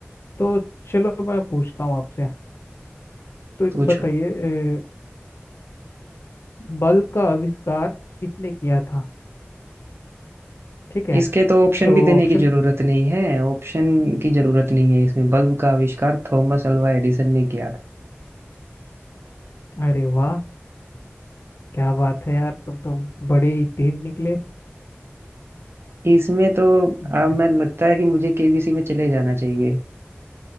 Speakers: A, on the left (about 70°); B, on the right (about 65°).
A: तो चलो मैं पूछता हूँ आपसे तो
B: पूछो
A: बताइए अ, बल्ब का आविष्कार किसने किया था ठीक है
B: इसके तो ऑप्शन
A: तो
B: भी देने
A: ऑप्शन
B: की जरूरत नहीं है ऑप्शन की जरूरत नहीं है इसमें बल्ब का आविष्कार थॉमस अल्वा एडिसन ने किया था
A: अरे वाह क्या बात है यार तुम तुम बड़े ही तेज निकले
B: इसमें तो
A: बड़े
B: अब मैं लगता है कि मुझे केबीसी में चले जाना चाहिए